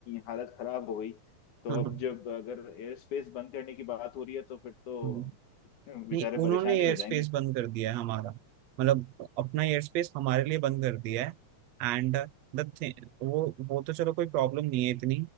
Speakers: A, on the left; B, on the right.
A: हालत खराब हो गई तो
B: हाँ
A: अब जब अगर एयर स्पेस बंद करने की बात हो रही है तो फिर तो
B: हाँ
A: <laughs> बेचारे
B: नहीं उन्होंने
A: परेशान ही
B: एयर
A: हो जाएंगे
B: स्पेस बंद कर दिया है हमारा मतलब अपना एयर स्पेस हमारे लिए बंद कर दिया है एंड द थिंग वो वो तो चलो कोई प्रॉब्लम नहीं है इतनी